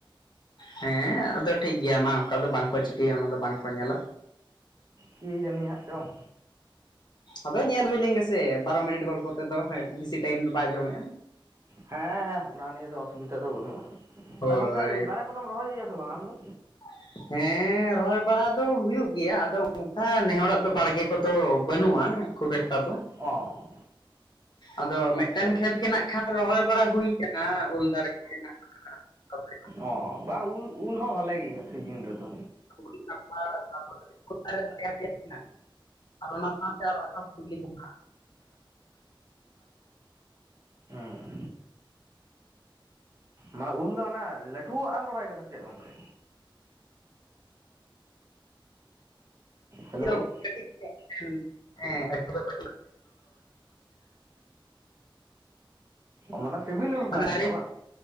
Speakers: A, on the left; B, on the right.
A: ᱦᱮᱸ ᱟᱫᱚ ᱴᱷᱤᱠ ᱜᱮᱭᱟ ᱢᱟ ᱚᱱᱠᱟ ᱫᱚ ᱵᱟᱝᱠᱚ ᱪᱤᱠᱟᱹᱭᱟ ᱚᱱᱟ ᱫᱚ ᱵᱟᱝᱠᱚ ᱧᱮᱞᱟ᱾
B: ᱠᱤ ᱡᱟᱹᱱᱤ ᱦᱟᱸᱜ ᱪᱚᱝ᱾
A: ᱟᱫᱚ ᱧᱮᱞ ᱦᱩᱭ ᱞᱮᱱ ᱜᱮᱥᱮ ᱵᱟᱨᱚ ᱢᱤᱱᱤᱴ ᱜᱚᱞᱯᱚ ᱛᱮᱫᱚ ᱵᱮᱥᱤ ᱴᱟᱭᱤᱢ ᱫᱚ ᱵᱟᱭ ᱡᱚᱢᱮᱜᱼᱟ᱾
B: ᱦᱮᱸ ᱦᱮᱸ ᱚᱱᱟ ᱱᱤᱭᱟᱹ ᱫᱚ ᱚᱥᱩᱵᱤᱫᱷᱟ ᱫᱚ ᱵᱟᱹᱱᱩᱜ-ᱟ
A: ᱦᱳᱭ
B: ᱟᱫᱚ ᱜᱚᱢᱠᱮ ᱫᱟᱨᱮ ᱠᱚᱫᱚᱢ ᱨᱚᱦᱚᱭ ᱜᱮᱭᱟ ᱥᱮ ᱵᱟᱝ ᱟᱢ ᱫᱚ᱾
A: <inaudible> ᱦᱮᱸ ᱨᱚᱦᱚᱭ ᱵᱟᱲᱟ ᱫᱚ ᱦᱩᱭᱩᱜ ᱜᱮᱭᱟ ᱟᱫᱚ ᱚᱱᱠᱟ ᱱᱮᱦᱚᱲᱟᱜ ᱫᱚ ᱵᱟᱲᱜᱮ ᱠᱚᱫᱚ ᱵᱟᱹᱱᱩᱜ-ᱟ᱾ ᱦᱮᱸ ᱠᱷᱩᱵ ᱮᱠᱴᱟ ᱫᱚ᱾
B: ᱚ
A: ᱟᱫᱚ
B: ᱟᱪᱪᱷᱟ
A: ᱢᱮᱫᱴᱮᱱ
B: ᱟᱪᱪᱷᱟ
A: ᱠᱷᱮᱛ ᱜᱮ ᱱᱟᱜ ᱠᱷᱟᱱ ᱨᱚᱦᱚᱭ ᱵᱟᱲᱟ ᱦᱩᱭ ᱠᱟᱱᱟ ᱩᱞ ᱫᱟᱨᱮ ᱠᱚ ᱢᱮᱱᱟᱜ᱾ <unintelligible>
B: ᱚ ᱵᱟᱝ ᱩᱞ ᱩᱞ ᱦᱚᱸ ᱵᱷᱟᱞᱮ ᱜᱮᱭᱟ ᱥᱤᱡᱤᱱ ᱨᱮᱫᱚ᱾
A: ᱩᱞ ᱠᱟᱱᱴᱷᱟᱲ ᱛᱟᱨᱯᱚᱨᱮ ᱩᱞ ᱫᱟᱨᱮ ᱵᱟᱨᱭᱟ ᱯᱤᱭᱟ ᱢᱮᱱᱟᱜ ᱟᱨ ᱚᱱᱟ ᱥᱟᱶᱛᱮ ᱟᱨᱦᱚᱸ <unintelligible>
B: ᱦᱮᱸ ᱢᱟ ᱩᱞ ᱫᱚ ᱦᱟᱱᱟ ᱞᱟᱹᱴᱷᱩᱣᱟᱜ ᱮᱢ ᱨᱚᱦᱚᱭ ᱠᱟᱫᱟ ᱥᱮ ᱪᱮᱫ ᱜᱚᱢᱠᱮ? ᱦᱮᱞᱳ
A: ᱤᱭᱟᱹ ᱠᱟᱹᱴᱤᱡ ᱜᱮᱭᱟ ᱮᱸ ᱟᱹᱴᱷᱤ ᱫᱚ ᱠᱟᱹᱴᱤᱡ
B: ᱢᱟᱱᱮ ᱥᱤᱵᱤᱞ ᱩᱞ
A: ᱢᱟᱱᱮ
B: ᱠᱟᱱ
A: ᱫᱟᱨᱮ
B: ᱜᱮᱭᱟ ᱵᱟᱝ?